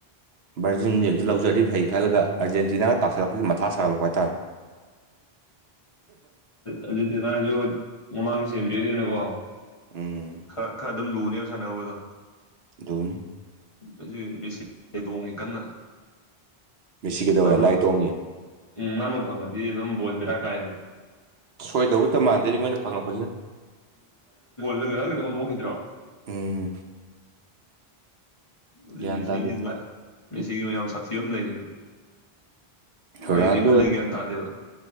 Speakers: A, on the right; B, on the left.
A: ꯕꯔꯖꯖꯤꯦꯟꯅꯤꯌꯝꯇ ꯂꯧꯖꯔꯤꯕ ꯐꯩ ꯈꯜꯂꯒ ꯑꯥꯔꯖꯦꯟꯇꯤꯅꯥꯒ ꯇꯥꯁꯤꯜꯂꯛꯄꯁꯤꯗ ꯃꯊ ꯁꯥꯒꯠꯂꯛꯄ ꯍꯥꯏ ꯇꯇꯥꯔꯦ
B: ꯑꯗꯨ ꯅꯥꯟꯁꯨ ꯃꯃꯥꯡ ꯁꯦꯝꯗ꯭ꯔꯤꯅꯤꯅꯀꯣ
A: ꯎꯝ
B: ꯈꯔ ꯈꯔ ꯑꯗꯨꯝ ꯂꯨꯅꯦꯕ ꯁꯥꯟꯅꯅꯕꯕꯗꯣ
A: ꯗꯣꯅꯤ
B: ꯍꯧ ꯃꯦꯁꯤ ꯇꯣꯡꯉꯤ ꯀꯟꯅ
A: ꯃꯤꯁꯤꯒꯗꯧꯔꯦ
B: ꯃꯥꯅ
A: ꯂꯥꯏ ꯇꯣꯡꯉꯤ
B: ꯎꯝ ꯃꯥꯅꯨ ꯐꯪꯉꯗꯤ ꯑꯗꯨꯝ ꯕꯣꯟꯕꯤꯔꯥ ꯀꯥꯏꯅ
A: ꯁꯣꯏꯗꯧꯇ ꯃꯥꯟꯗꯦꯗꯤ ꯃꯣꯏꯅ ꯐꯪꯉꯛꯄꯁꯤꯅ
B: ꯀꯇꯀꯟꯈꯤꯗ꯭ꯔꯣ
A: ꯎꯝ
B: ꯑꯗꯨ
A: ꯒ꯭ꯌꯥꯟ
B: ꯃꯦꯁꯤꯒꯤ
A: ꯇꯥꯗꯦ
B: ꯃꯦꯁꯤꯒꯤ ꯃꯌꯥꯝ ꯁꯥꯊꯤꯕ ꯑꯃ ꯂꯩꯌꯦꯕ
A: ꯔꯣꯅꯥꯜꯗꯣ
B: ꯃꯥꯏ ꯌꯦꯒ ꯒ ꯇꯥꯗꯦꯕ